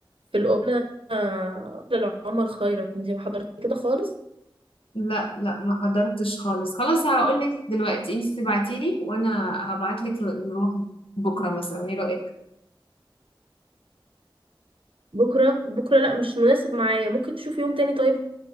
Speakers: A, on the right (about 80°); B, on the left (about 85°).
A: في القناة آه، لعمر خيرت انت ما حضرت كده خالص
B: لا لا ما حضرتش خالص خلاص هقول لك دلوقتي انت تبعتي لي وانا هبعت لك نروح بكره مثلا ايه رايك
A: بكرة بكرة لا مش مناسب معايا ممكن تشوفي يوم تاني طيب